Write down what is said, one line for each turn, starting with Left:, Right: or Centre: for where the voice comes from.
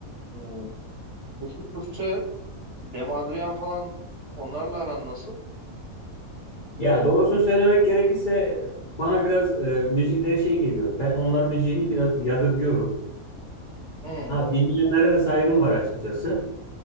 Right: E, peki Türkçe Cem Adrian falan onlarla aran nasıl?
Left: Ya doğrusunu söylemek gerekirse bana biraz e, müzikleri şey geliyor. Ben onların müziğini biraz yadırgıyorum.
Right: Hmm,
Left: Ha dinleyenlere de saygım var açıkçası.